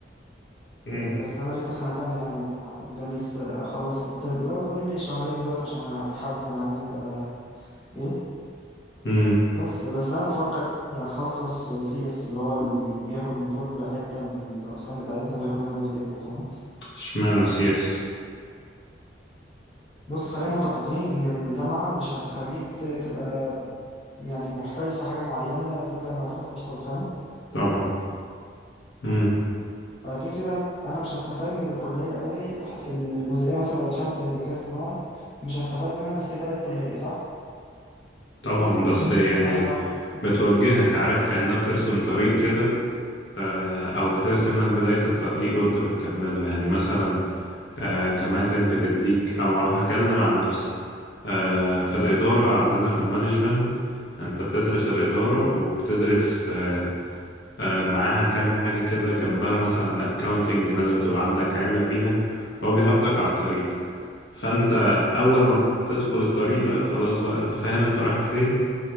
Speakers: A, on the left (about 80°); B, on the left (about 30°).
A: مم.
B: ب- بس انا لسه في سنة تانية يعني قدامي لسه اخلص الترم اللي هو فاضل لي الشهرين دولت عشان احدد انا عايز ابقى ايه
A: امم
B: بس بس انا بفكر إني اتخصص سي اس اللي هو اللي بياخد من كل حته من الاقسام بتاعتنا بياخد منها جزئيه فاهم
A: اشمعنى سياس
B: بص خلينا متفقين ان الجامعه مش هتخليك ت- تبقى يعني محترف في حاجه معينه غير لما تاخد كورسات فاهم
A: طبعا امم
B: فكده كده انا مش هستفاد من الكليه قوي الح- في الجزئيه مثلا لو دخلت ذكاء اصطناعي مش هستفاد منها الاستفاده الكليه صح
A: طبعا بس يعني
B: فانا هاخد-
A: بتوجهك عارف كأنها بترسم طريق كده آه، أو بترسم لك بداية الطريق وأنت بتكمله يعني مثلا آه، جامعتك بتديك أو هكلم عن نفسي آه، في الإدارة عندنا في المانجمنت أنت بتدرس الإدارة وبتدرس آه، آه، معاها كام حاجة كده جنبها مثلا أكاونتنج لازم تبقى عندك علم بيها فهو بيحطك على الطريق فأنت أول ما بتدخل الطريق ده خلاص بقى أنت فاهم أنت رايح فين